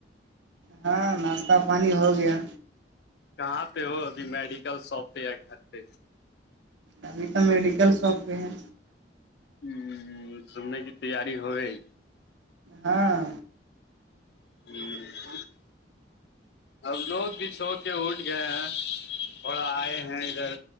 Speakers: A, on the right; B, on the left.
A: ہاں ناشتہ پانی ہو گیا
B: کہاں پہ ہو ابھی میڈیکل شاپ پہ یا گھر پہ
A: ابھی تو میڈیکل شاپ پہ ہے
B: ہ سننے کی تیاری ہو گئی
A: ہاں
B: ہوں اب لوگ بھی سو کے اٹھ گئے ہیں اور آئے ہیں ادھر